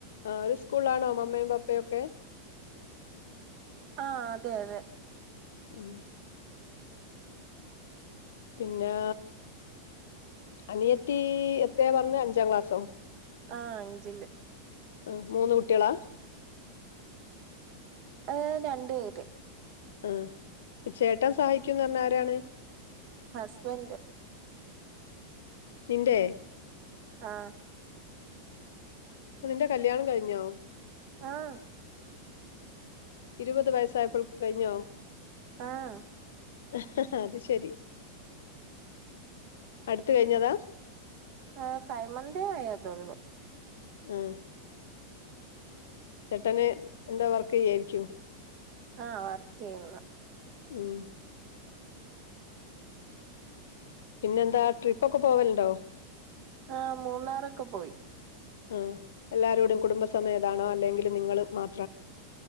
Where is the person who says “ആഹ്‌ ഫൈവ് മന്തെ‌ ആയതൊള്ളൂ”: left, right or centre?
Right